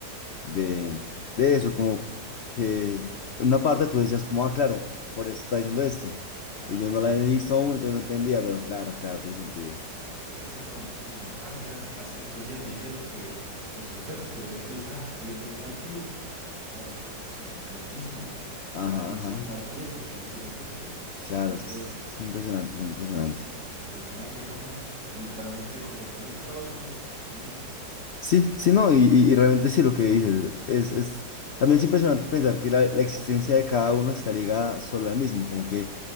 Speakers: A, on the left; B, on the right.
A: de, de eso, como que en una parte tú decías como, ah, claro, por eso está diciendo esto,
B: ajá.
A: y yo no la he visto aún, entonces no entendía, pero claro, claro, tiene sentido.
B: Claro, es que en cierto momento, como, ejem- ah, ya, hace dos días me dijeron que, que soy fértil y el otro le dice, ah, bienvenido al club. Claro, sos vos mismo. <laughs>
A: Ajá,
B: Ya, y,
A: ajá,
B: s- y más viejo, seguís siendo fértil.
A: claro,
B: No es
A: es, que
B: que
A: es, es muy impresionante, es muy impresionante.
B: es impresionante cómo literalmente, conceptualmente, todos son lo mismo, el mismo.
A: Sí, sí, no, y, y- y realmente sí lo que dices, es, es, también es impresionante pensar que la, la existencia de cada uno está ligada solo al mismo, como que